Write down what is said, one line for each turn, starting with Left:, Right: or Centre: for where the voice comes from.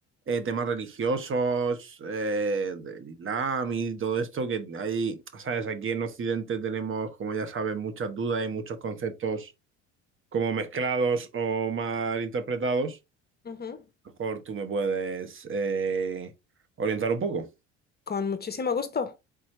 Right: eh, temas religiosos, eh, del Islam y todo esto que hay, ¿sabes? Aquí en Occidente tenemos, como ya sabes, muchas dudas y muchos conceptos como mezclados o mal interpretados.
Left: Ujú.
Right: A lo mejor tú me puedes eh, orientar un poco.
Left: Con muchísimo gusto.